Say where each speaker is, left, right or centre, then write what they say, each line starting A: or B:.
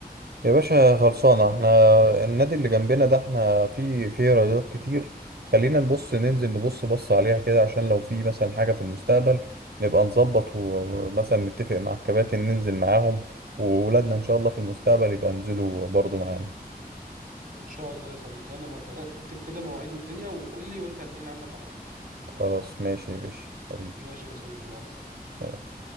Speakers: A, on the right; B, on the right.
A: يا باشا خلصانة احنا النادي اللي جنبنا ده احنا في في رياضات كتير خلينا نبص ننزل نبص بص عليها كده عشان لو في مثلا حاجة في المستقبل نبقى نظبط ومثلا نتفق مع الكباتن ننزل معاهم وولادنا ان شاء الله في المستقبل يبقى ينزلوا برضو معانا
B: ان شاء الله يا صديقي انا موافق رتب كده مواعيد الدنيا وقول لي وانت هتلاقيني عندك على طول
A: خلاص ماشي يا باشا حبيبي
B: ماشي يا صديقي مع السلامه
A: سلام.